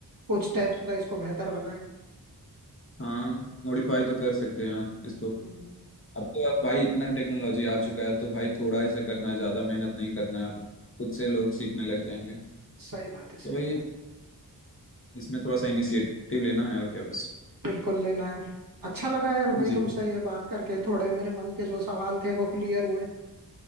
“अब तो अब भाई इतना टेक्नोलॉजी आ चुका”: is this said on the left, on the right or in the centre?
Left